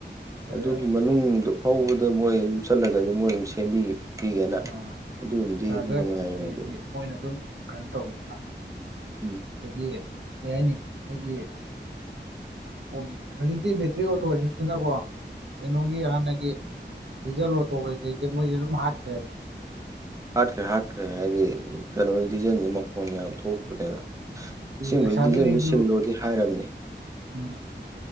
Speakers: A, on the right; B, on the right.
A: ꯑꯗ
B: ꯑꯗꯨꯒꯤ ꯃꯅꯨꯡꯗꯣ ꯐꯥꯎꯕꯗ ꯃꯣꯏ ꯑꯗꯨꯝ ꯆꯠꯂꯒꯗꯤ ꯃꯣꯏ ꯑꯗꯨꯝ ꯁꯦꯝꯕꯤꯒꯦ ꯁꯦꯝꯄꯤꯒꯦꯅ
A: ꯑ
B: ꯑꯗꯨꯒꯨꯝꯕꯗꯤ
A: ꯑ ꯆꯥꯔꯖꯔ
B: ꯑꯗꯨꯝ ꯅꯨꯡꯉꯥꯏꯌꯦ
A: ꯀꯩꯗꯤ
B: ꯑꯗꯣ
A: ꯃꯣꯏꯅ ꯑꯗꯨꯝ ꯀꯩꯅꯣ ꯇꯧꯋꯦꯕ
B: ꯎꯝ
A: ꯑꯗꯒꯤ ꯀꯩ ꯍꯥꯏꯅꯤ ꯃꯣꯏꯒꯤ ꯑꯣ ꯍꯧꯖꯤꯛꯇꯤ ꯕꯦꯇ꯭ꯔꯤ ꯑꯣꯇꯣꯁꯤꯡꯁꯤꯅꯀꯣ ꯀꯩꯅꯣꯒꯤ ꯍꯥꯟꯅꯒꯤ ꯗꯤꯖꯜ ꯑꯣꯇꯣꯉꯩꯁꯤ ꯀꯩ ꯀꯩ ꯁꯦ ꯃꯣꯏꯅ ꯍꯥꯠꯈ꯭ꯔꯦꯅ
B: ꯍꯥꯠꯈ꯭ꯔꯦ ꯍꯥꯠꯈ꯭ꯔꯦ ꯍꯥꯏꯗꯤ ꯀꯩꯅꯣ ꯗꯤꯖꯟꯁꯦ ꯃꯈꯣꯟ ꯌꯥꯝ ꯊꯣꯛꯄꯅꯤꯅ ꯑꯁꯦꯠꯕꯩꯗꯤ
A: ꯂꯩꯁꯥꯕꯤꯈꯩꯁꯨ
B: ꯗꯤꯖꯟꯗꯨ ꯁꯤꯜꯂꯣꯏꯅꯗꯤ ꯍꯥꯏꯔꯕꯅꯤ
A: ꯎꯝ